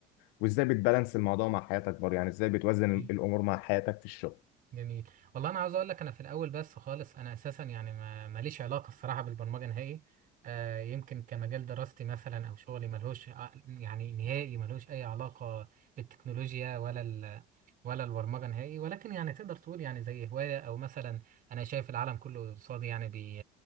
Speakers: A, on the left; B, on the right.
A: وازاي بتبالانس الموضوع مع حياتك برضه يعني ازاي بتوازن
B: يعني
A: الامور مع حياتك في الشغل
B: جميل والله انا عاوز اقول لك انا في الاول بس خالص انا اساسا يعني ما ماليش علاقه الصراحه بالبرمجه نهائي آه يمكن كمجال دراستي مثلا او شغلي ملهوش ع- يعني نهائي ملهوش اي علاقه بالتكنولوجيا ولا ال ولا البرمجه نهائي ولكن يعني تقدر تقول يعني زي هوايه او مثلا انا شايف العالم كله قصادي يعني بي